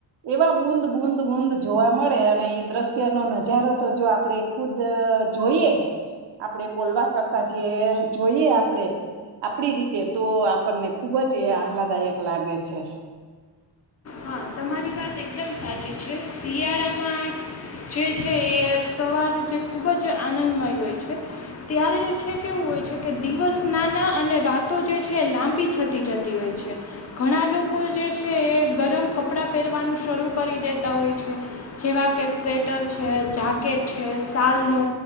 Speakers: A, on the right (about 75°); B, on the left (about 35°).
A: એવા બૂદ બૂદ બુંદ જોવા મળે અને એ દ્રશ્ય નો નજારો તો જો આપણે ખુદ જોઈએ આપડે બોલવા કરતા જે જોઈએ આપણેે આપડી રીતે તો આપણને ખુ ખુબ જ એ આહલાદાયક લાગે છે
B: હા તમારી વાત એકદમ સાચી છે શિયાળામાં જે છે એ સવાર જે ખૂબ જ આનંદમય હોય છે ત્યારે છે કેવું હોય છે કે દિવસ નાના અને રાતો જે છે એ લાંબી થતી જતી હોય છે ઘણા લોકો જે છે એ ગરમ કપડાં પહેરવાનું શરૂ કરી દેતા હોય છે જેવા કે સ્વેટર છે જાકેટ છે શાલનો